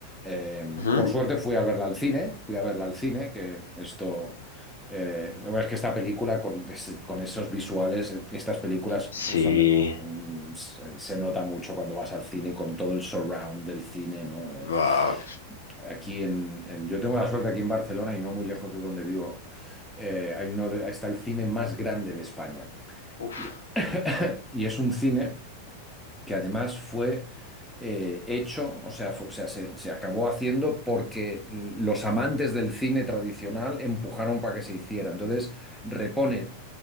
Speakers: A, in the centre; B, on the left.
A: Eh,
B: Ujú.
A: por suerte fui a verla al cine, fui a verla al cine, que esto eh, la verdad es que esta película con, es- con esos visuales, eh, estas películas
B: Sí.
A: son, mm, se, se nota mucho cuando vas al cine con todo el surround del cine, ¿no? Eh,
B: Wow.
A: aquí en, en- yo tengo la suerte aquí en Barcelona y no muy lejos de donde vivo, eh, hay uno de- está el cine más grande de España.
B: Uf.
A: Y, <coughs> y es un cine que además fue eh, hecho, o sea, fu- o sea, se, se acabó haciendo porque los amantes del cine tradicional empujaron para que se hiciera. Entonces, repone